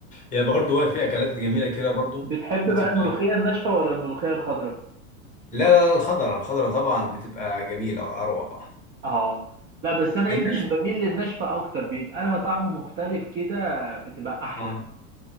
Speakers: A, on the left; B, on the right.
A: هي برضو هي في أكلات جميلة كده برضو
B: بتحب
A: وبتبقى
B: بقى الملوخية الناشفة ولا الملوخية الخضراء
A: لا لا لا الخضرة الخضرة طبعا بتبقى جميلة وأروع
B: اه لا بس انا
A: النشف
B: يمكن بميل للناشفة اكتر بيبقى لها طعم مختلف كده بتبقى احلى
A: اه